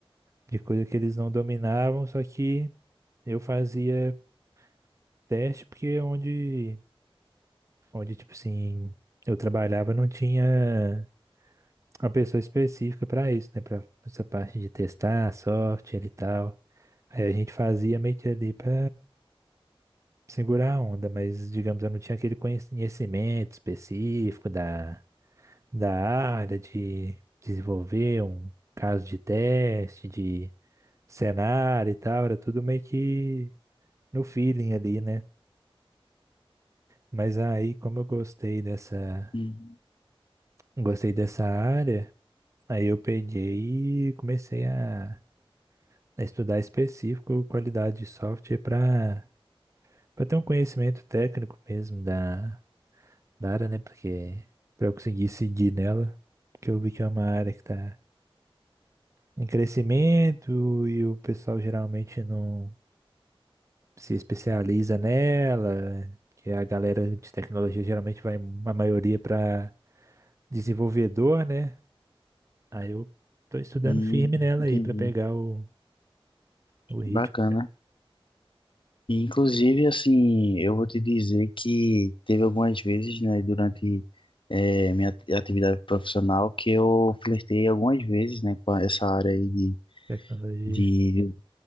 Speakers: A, on the right; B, on the left.
A: de coisa que eles não dominavam, só que eu fazia teste porque é onde, onde tipo assim, eu trabalhava não tinha uma pessoa específica pra isso, né? Pra essa parte de testar, software e tal. Aí a gente fazia meio que ali pra segurar a onda, mas digamos, eu não tinha aquele conhecimento específico da, da área de desenvolver um caso de teste, de cenário e tal, era tudo meio que no feeling ali, né? Mas aí, como eu gostei dessa,
B: Hum,
A: gostei dessa área, aí eu peguei e comecei a, a estudar específico qualidade de software para para ter um conhecimento técnico mesmo da, da área, né? Porque para eu conseguir seguir nela, porque eu vi que é uma área que está em crescimento e o pessoal geralmente não se especializa nela, que a galera de tecnologia geralmente vai, a maioria, para desenvolvedor, né? Aí eu tô estudando
B: hum,
A: firme nela
B: entendi.
A: aí para pegar o, o ritmo,
B: Bacana.
A: cara.
B: E, inclusive, assim, eu vou te dizer que teve algumas vezes, né, durante eh, minha at- atividade profissional que eu flertei algumas vezes, né, com essa área aí de,
A: Tecnologia.
B: de